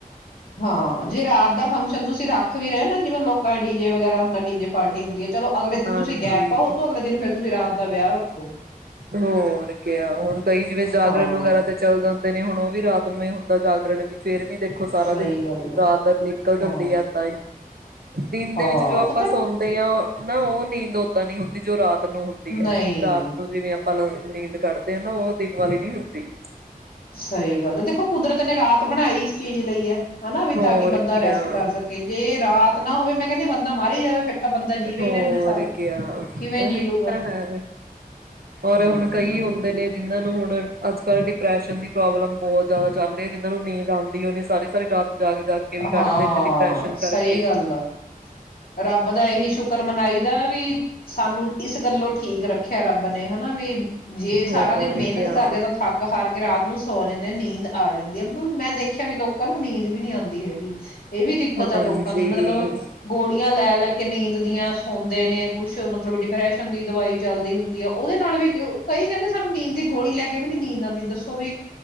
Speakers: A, on the left; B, on the right.
A: ਹਾਂ ਜੇ ਰਾਤ ਦਾ ਫੰਕਸ਼ਨ ਤੁਸੀਂ ਰੱਖ ਵੀ ਰਹੇ ਹੋ ਨਾ ਜਿਵੇਂ ਲੋਕਾਂ ਦੇ ਡੀ ਜੇ ਵਗੈਰਾ ਹੁੰਦਾ ਡੀ ਜੇ ਪਾਰਟੀ ਹੁੰਦੀ ਏ ਚਲੋ ਅਗਲੇ ਦਿਨ
B: ਹਾਂਜੀ।
A: ਤੁਸੀਂ ਗੈਪ ਪਾਓ ਤ ਅਗਲੇ ਦਿਨ ਫੇਰ ਤੁਸੀਂ ਰਾਤ ਦਾ ਵਿਆਹ ਰੱਖੋ ੋ <unintelligible>
B: ਹੋਰ ਕਯਾ ਹੁਣ ਕਈ ਜਿਵੇਂ ਜਾਗਰਣ
A: ਹਾਂ
B: ਵਗੈਰਾ ਤੇ ਚੱਲਦਾ ਹੁੰਦਾ ਨੇ ਹੁਣ ਉਹ ਵੀ ਰਾਤ ਨੂੰ ਇਹ ਹੁੰਦਾ ਜਾਗਰਣ ਵੀ ਫੇਰ ਵੀ ਦੇਖੋ ਸਾਰਾ
A: ਸਹੀ
B: ਦਿਨ
A: ਗੱਲ ਹੈ
B: ਰਾਤ ਨਿਕਲ
A: ਹਾਂ
B: ਜਾਂਦੀ ਹੈ ਏਦਾਂ ਹੀ ਦਿਨ ਦੇ
A: ਹਾਂ
B: ਵਿੱਚ ਜੋ ਆਪਾਂ
A: ਪਤਾ
B: ਸੌਂਦੇ ਹਾਂ ਨਾ ਉਹ ਨੀਂਦ ਉਦਾਂ ਨੀ ਹੁੰਦੀ ਜੋ ਰਾਤ ਰਾਤ ਨੂੰ ਹੁੰਦੀ ਹੈ
A: ਨਹੀਂ
B: ਰਾਤ ਨੂੰ ਜਿਵੇਂ ਨੀਂਦ ਕੱਢਦੇ ਆ ਨਾ ਉਹ ਦਿਨ ਵਾਲੀ ਨੀ ਹੁੰਦੀ
A: ਸਹੀ ਗੱਲ ਦੇਖੋ ਕੁਦਰਤ ਨੇ ਰਾਤ ਬਣਾਈ ਇਸ ਚੀਜ਼ ਲਈ ਹੈ ਹੈਨਾ ਵੀ
B: ਹੋਰ
A: ਤਾਂ ਕਿ ਬੰਦਾ
B: ਕਿਆ
A: ਰੈਸਟ ਕਰ ਸਕੇ ਜੇ ਰਾਤ ਏ ਨਾ ਹੋਵੇ ਮੈਂ ਕਹਿਨੀ ਬੰਦਾ ਮਰ ਹੀ ਜਾਵੇ ਫਿਰ ਤਾਂ ਬੰਦਾ ਜੀਵੇ
B: ਹੋਰ
A: ਹੀ ਨਾ ਇੰਨੇ ਸਾਲ
B: ਕਯਾ
A: ਕਿਵੇਂ ਜੀ
B: ਉਹੀ
A: ਲੂਗਾ
B: ਤਾਂ ਹੈ
A: ਹਮ
B: ਰ ਹੁਣ ਕਈ ਹੁੰਦੇ ਨੇ ਜਿਨਾਂ ਨੂੰ ਹੁਣ ਅੱਜ ਕੱਲ੍ਹ ਡਿਪ੍ਰੈਸ਼ਨ ਪ੍ਰੋਬਲਮ ਬਹੁਤ ਜਿਆਦਾ ਚੱਲ ਰਹੀ ਇੱਧਰੋਂ ਨਹੀਂ ਜਾਂਦੀ ਉਹਨੀ ਸਾਰੇ ਸਾਰੀ ਰਾਤ ਜਾਗ ਜਾਗ ਕੇ ਵੀ ਕੱਢਦੇ
A: ਹਾਂ
B: ਨੇ ਡਿਪਰੈਸ਼ਨ ਕਰਕੇ
A: ਸਹੀ ਗੱਲ ਆ ਰੱਬ ਦਾ ਇਹੀ ਸ਼ੁਕਰ ਮਨਾਈ ਦਾ ਵੀ ਸਾਨੂੰ ਇਸ ਗੱਲੋਂ ਠੀਕ ਰੱਖਿਆ ਰੱਬ ਨੇ ਹੈਨਾ ਵੀ ਜੇ ਸਾਰਾ
B: ਹੋਰ
A: ਦਿਨ ਮਿਹਨਤ
B: ਕਿਆ
A: ਕਰਦੇ ਤਾਂ ਥੱਕ ਹਾਰ ਕੇ ਰਾਤ ਨੂੰ ਸੌ ਜਾਂਦੇ ਹਾਂ ਨੀਂਦ ਆ ਜਾਂਦੀ ਹੈ ਮਤਲਬ ਮੈਂ ਦੇਖਿਆ ਵੀ ਲੋਕਾਂ ਨੂੰ ਨੀਂਦ ਵੀ ਨੀ ਆਉਂਦੀ ਹੈਗੀ <unintelligible> ਇਹ ਵੀ ਦਿੱਕਤ
B: ਹਾਂਜੀ
A: ਹੈ ਲੋਕਾਂ ਦੀ ਮਤਲਬ ਗੋਲੀ ਗੋਲੀਆਂ ਲੈ ਲੈ ਕੇ ਨੀਂਦ ਦੀਆਂ ਸੌਦੇ ਨੇ ਕੁੱਛ ਮਤਲਬ ਡਿਪਰੈਸ਼ਨ ਦੀ ਦਵਾਈ ਚੱਲਦੀ ਹੁੰਦੀ ਆ ਉਹਦੇ ਨਾਲ ਵੀ ਕਈ ਕਹਿੰਦੇ ਸਾਨੂੰ ਨੀਂਦ ਦੀ ਗੋਲੀ ਲੈ ਕੇ ਵੀ ਨੀ ਨੀਂਦ ਆਉਂਦੀ ਦੱਸੋ ਵੀ